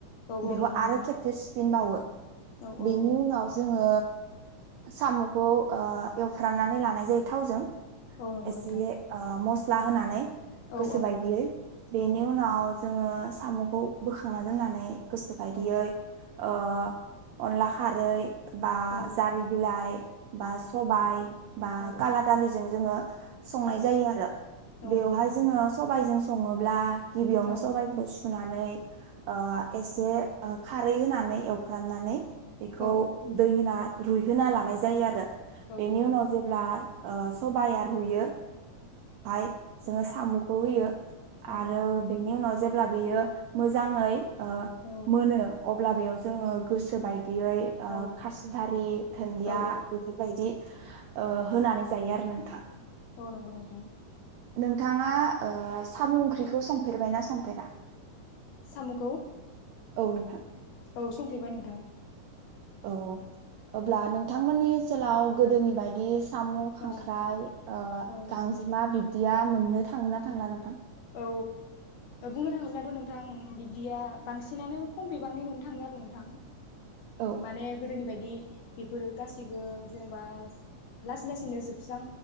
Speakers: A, on the left; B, on the right.
A: औ औ
B: बेखौ
A: नंगौ नोंथां
B: आरो खेबसे फिनबावो
A: औ औ
B: बेनि
A: औ
B: उनाव जोङो सामुखौ ओ एवफ्रामनानै लानाय जायो थावजों
A: औ नंगौ
B: एसे
A: नोंथां
B: ओ मस स्ला होनानै
A: औ
B: गोसो
A: औ
B: बायदियै बेनि
A: औ
B: उनाव जोङो साम'खौ बोखांना दोननानै गोसो बायदियै
A: औ
B: ओ अनला खारै बा
A: औ
B: जारि बिलाइ बा सबायाइ बा
A: औ
B: काला दालिजों जोङो संनाय
A: औ
B: जायो आरो बेवहाय
A: औ नंगौ नोंथां
B: जोङो सबाइ इजों सङोब्ला गिबियावनो
A: औ
B: सबाइखौ सुनानै ओ एसे ओ खारै होनानै एवफ्रामनानै बेखौ
A: औ
B: दै होना रुयो होना लानाय जायो आरो
A: औ
B: बेनि
A: नंगौ
B: उनाव जेब्ला ओ सबाया रुयो हाय जोङो साम'खौ होयो
A: औ
B: आरो
A: औ
B: बेनि उनाव जे ब्ला बेयो मोजाङै ओ
A: औ
B: मोनो अब्ला बेयाव जोङो गोसो बाय यै
A: औ
B: ओ खासिदारि दुन्दिया
A: औ
B: बेफोरबायदि ओ होनानै जायो आरो न थां
A: औ नंगौ नोंथां
B: नोंथाङा ओ साम' ओंख्रिखौ संफेरबायना संफेरा
A: सामखौ
B: औ नोंथां
A: औ संफैबाय नोंथां
B: औ अब्ला नोंथांमोननि सोलाव गोदोनि बायदि साम' खांख्राइ
A: औ
B: ओ
A: औ
B: गांजेमा बिब्दिया मोननो था थांङो ना थांला नोंथां।
A: औ बुंनो थाङोब्लाथ' नोंथां बिदिया बांसिन नानो खम बिबांनि नुनो थाङो आरो नोंथां।
B: औ
A: माने गोदोनि बाय दि बेफोर गासैबो जेनेबा लासै लासैनो जोबस्रां